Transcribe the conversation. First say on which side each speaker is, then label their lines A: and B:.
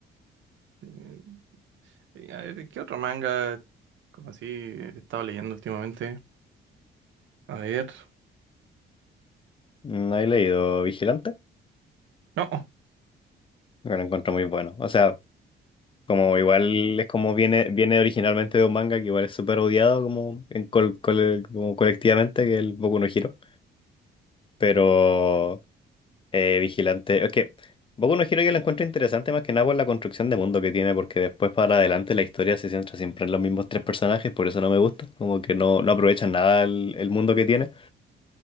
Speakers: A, on the right (about 80°); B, on the left (about 25°).
A: Eh, y a ver, ¿qué otro manga como así he estado leyendo últimamente? A ver.
B: No he leído Vigilante,
A: No.
B: pero lo encuentro muy bueno. O sea, como igual es como viene, viene originalmente de un manga que igual es súper odiado como, en col- col- como colectivamente, que es el Boku no Hero. Pero Eh, vigilante. Es que Boku no Hero yo la encuentro interesante más que nada por la construcción de mundo que tiene, porque después para adelante la historia se centra siempre en los mismos tres personajes, por eso no me gusta, como que no, no aprovechan nada el, el mundo que tiene.